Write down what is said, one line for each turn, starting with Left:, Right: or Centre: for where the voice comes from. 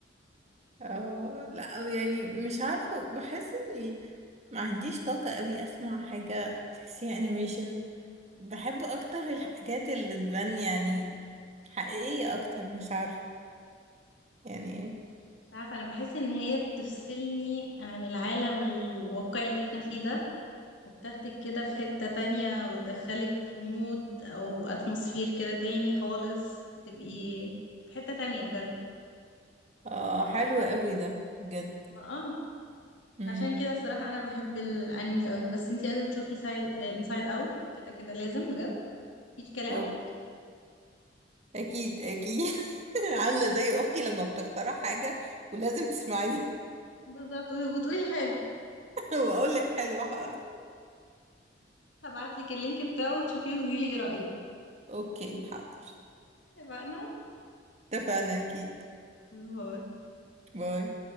Right: اه لا يعني مش عارفة بحس اني ما عنديش طاقة قوي اسمع حاجة تحسيها انيميشن بحب اكتر الحاجات اللي تبان يعني حقيقية اكتر مش عارفة يعني
Left: مش عارفة انا بحس ان هي بتفصلني عن العالم الواقعي اللي احنا فيه ده وبتاخدك كده في حتة تانية وتدخلك في مود او اتموسفير كده تاني خالص بتبقي في حتة تانية بجد
Right: اه حلو قوي ده بجد
Left: ما اه
Right: امم
Left: عشان كده الصراحة انا بحب الانيميز قوي بس انتي لازم تشوفي سايد انسايد اوت كده كده لازم بجد مفيش كلام
Right: أوك- اكيد اكيد <laughs> عاملة زي اختي لما بتقترح حاجة ولازم تسمعيها
Left: بالظبط وتقولي حلو
Right: <laughs> واقولك حلوة حاضر
Left: هبعتلك اللينك بتاعه وتشوفيه وتقولي ايه رأيك
Right: اوكي حاضر
Left: اتفقنا
Right: اتفقنا اكيد
Left: باي
Right: باي